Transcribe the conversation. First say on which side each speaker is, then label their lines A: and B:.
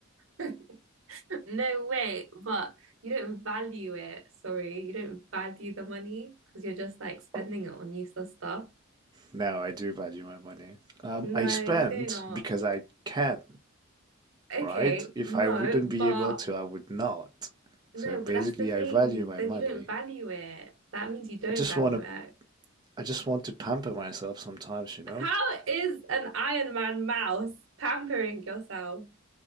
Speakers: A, on the right; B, on the right.
A: oh yeah. <laughs> No way, but you don't value it. Sorry, you don't value the money because you're just like spending
B: Oh,
A: it on useless stuff.
B: Now I do value my money. Um,
A: No,
B: I spend
A: you do not.
B: because I can.
A: Okay,
B: right? If
A: no,
B: I wouldn't
A: but
B: be able to, I would not.
A: No,
B: So basically,
A: but that's the thing.
B: I value my
A: Then
B: money.
A: you don't value it. That means you don't
B: I just
A: value
B: want to,
A: it.
B: I just want to pamper myself sometimes, you know?
A: How is an Iron Man mouse pampering yourself?